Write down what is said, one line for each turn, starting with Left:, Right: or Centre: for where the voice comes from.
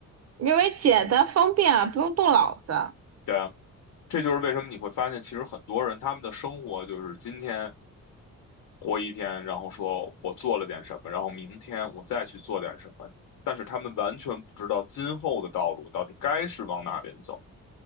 Right: 因为简单方便啊，不用动脑子。
Left: 对啊，这就是为什么你会发现，其实很多人他们的生活就是今天活一天，然后说我做了点什么，然后明天我再去做点什么，但是他们完全不知道今后的道路到底该是往哪边走。